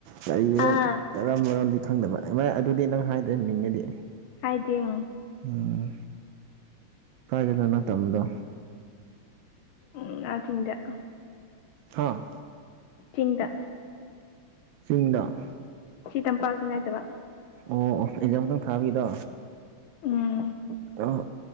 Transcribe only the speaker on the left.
ꯑꯥ
ꯍꯥꯏꯗꯤꯡ
ꯎꯝ ꯅꯥꯊꯤꯟꯗꯀꯣ
ꯆꯤꯡꯗ
ꯁꯤ ꯇꯝꯄꯥꯛꯇꯥ ꯅꯠꯇꯕ
ꯎꯝ